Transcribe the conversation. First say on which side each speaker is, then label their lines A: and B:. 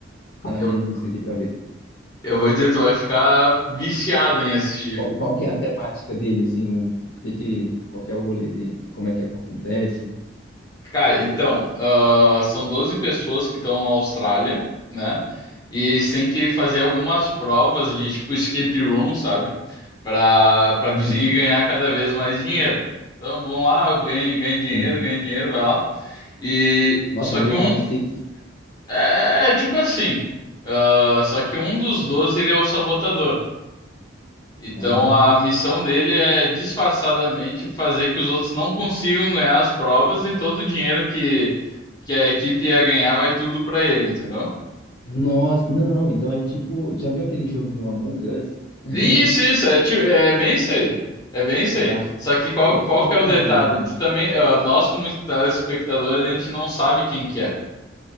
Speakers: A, on the left (about 55°); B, on the left (about 20°).
A: na
B: Eu,
A: minha lista aqui pra ver.
B: eu vou dizer, tu vai ficar viciado em assistir.
A: Qual, qual que é a temática dele, assim? O, o que que... Qual que é o rolê dele? Como é que acontece?
B: Cara, então, ah, são 12 pessoas que estão na Austrália, né? E eles têm que fazer algumas provas de tipo escape room, sabe? Para para
A: Uhum,
B: conseguir ganhar cada vez mais dinheiro. Então, vão lá, ganha, ganha dinheiro,
A: entendi.
B: ganha dinheiro, vai lá. E
A: Nossa,
B: só
A: meio
B: que um
A: round six.
B: é, é é tipo assim, ah, só que um dos 12 ele é o sabotador. Então
A: Ah,
B: a missão dele é disfarçadamente fazer que os outros não consigam ganhar as provas e todo o dinheiro que, que a equipe ia ganhar vai tudo pra ele, entendeu?
A: nossa. Não, então é tipo... Já viu aquele joguinho Among Us? <laughs>
B: Isso, isso, é, ti- é bem isso aí. É bem isso aí.
A: Tá.
B: Só que qual,
A: O
B: qual
A: Sabotador
B: que é o detalhe?
A: o nome.
B: Tu também, ó, nós como telespectadores, a gente não sabe quem que é.